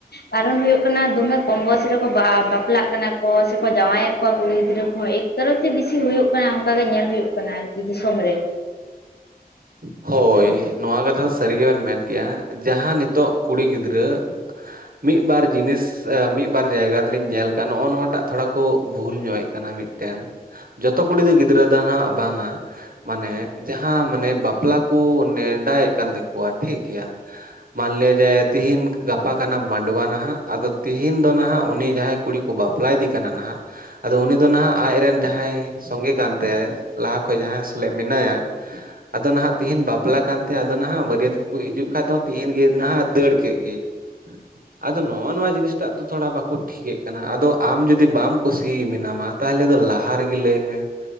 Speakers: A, on the left (about 80°); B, on the right (about 60°).
A: ᱠᱟᱨᱚᱱ ᱦᱩᱭᱩᱜ ᱠᱟᱱᱟ᱾ ᱫᱚᱢᱮ ᱠᱚᱢ ᱵᱚᱭᱚᱥ ᱨᱮᱠᱚ ᱵᱟᱯᱞᱟᱜ ᱠᱟᱱᱟ ᱠᱚ ᱥᱮᱠᱚ ᱡᱟᱶᱟᱭᱮᱫ ᱠᱚᱣᱟ ᱠᱩᱲᱤ ᱜᱤᱫᱽᱨᱟᱹ ᱠᱚᱦᱚᱸ ᱮ᱾ ᱠᱟᱨᱚᱱ ᱛᱮ ᱵᱤᱥᱤ ᱦᱩᱭᱩᱜ ᱠᱟᱱᱟ ᱚᱱᱠᱟ ᱜᱮ ᱧᱮᱞ ᱦᱩᱭᱩᱜ ᱠᱟᱱᱟ ᱟᱨᱠᱤ ᱫᱤᱥᱚᱢ ᱨᱮ᱾
B: ᱦᱳᱭ ᱱᱚᱣᱟ ᱠᱟᱛᱷᱟ ᱥᱟᱹᱨᱤ ᱜᱮᱵᱮᱱ ᱢᱮᱱ ᱠᱮᱜᱼᱟ᱾ ᱡᱟᱦᱟᱸ ᱱᱤᱛᱚᱜ ᱠᱩᱲᱤ ᱜᱤᱫᱽᱨᱟᱹ ᱢᱤᱫ ᱵᱟᱨ ᱡᱤᱱᱤᱥ ᱢᱤᱫ ᱵᱟᱨ ᱡᱟᱭᱜᱟ ᱨᱮᱞᱤᱧ ᱧᱮᱞ ᱱᱚᱜᱼᱚ ᱱᱚᱣᱟᱴᱟᱜ ᱛᱷᱚᱲᱟ ᱠᱚ ᱵᱷᱩᱞ ᱧᱚᱜ ᱮᱫ ᱠᱟᱱᱟ ᱢᱤᱫ ᱴᱮᱱ᱾ ᱡᱚᱛᱚ ᱠᱩᱲᱤ ᱫᱚ ᱜᱤᱫᱽᱨᱟᱹ ᱫᱚ ᱦᱟᱸᱜ ᱵᱟᱝᱼᱟ, ᱢᱟᱱᱮ ᱡᱟᱦᱟᱸ ᱢᱟᱱᱮ ᱵᱟᱯ ᱵᱟᱯᱞᱟ ᱠᱚ ᱱᱮᱰᱟᱭᱮᱫ ᱠᱟᱱ ᱛᱟᱠᱚᱣᱟ ᱴᱷᱤᱠ ᱜᱮᱭᱟ᱾ ᱢᱟᱱᱞᱤᱭᱟ ᱡᱮ ᱛᱤᱦᱤᱧ ᱜᱟᱯᱟ ᱠᱟᱱᱟ ᱢᱟᱰᱣᱟ ᱱᱟᱦᱟᱜ ᱟᱫᱚ ᱛᱤᱦᱤᱧ ᱫᱚ ᱱᱟᱦᱟᱜ ᱩᱱᱤ ᱡᱟᱦᱟᱸᱭ ᱠᱩᱲᱤ ᱠᱚ ᱵᱟᱯᱞᱟ ᱯᱞᱟᱫᱤ ᱠᱟᱱᱟ ᱱᱟᱦᱟᱸᱜ᱾ ᱟᱫᱚ ᱩᱱᱤ ᱫᱚ ᱱᱟᱦᱟᱜ ᱟᱡᱨᱮᱱ ᱡᱟᱦᱟᱸᱭ ᱥᱚᱸᱜᱮ ᱠᱟᱱ ᱛᱟᱭᱟ ᱞᱟᱦᱟ ᱠᱷᱚᱱ ᱡᱟᱦᱟᱸᱭ᱾ ᱢᱮᱱᱟᱭᱟ ᱟᱫᱚ ᱱᱟᱦᱟᱜ ᱛᱤᱦᱤᱧ ᱵᱟᱯᱞᱟ ᱠᱟᱱ ᱛᱟᱭᱟ, ᱟᱫᱚ ᱱᱟᱦᱟᱜ ᱵᱟᱹᱨᱭᱟᱹᱛ ᱠᱚᱠᱚ ᱦᱤᱡᱩᱜ ᱠᱷᱟᱱ ᱫᱚ ᱛᱮᱦᱤᱧ ᱮᱱ ᱜᱮ ᱱᱟᱦᱟᱜ ᱫᱟᱹᱲ ᱠᱮᱫ ᱜᱮ ᱟᱫᱚ ᱱᱚᱜᱼᱚ ᱱᱚᱣᱟ ᱡᱤᱱᱤᱥᱴᱟᱜ ᱛᱚ ᱛᱷᱚᱲᱟ ᱵᱟᱠᱚ᱾ ᱴᱷᱤᱠᱟᱹᱜ ᱠᱟᱱᱟ ᱟᱫᱚ ᱟᱢ ᱡᱩᱫᱤ ᱵᱟᱢ ᱠᱩᱥᱤ ᱢᱮᱱᱟᱢᱟ ᱛᱟᱦᱚᱞᱮ ᱫᱚ ᱞᱟᱦᱟ ᱨᱮᱜᱮ ᱞᱟᱹᱭ ᱢᱮ ᱾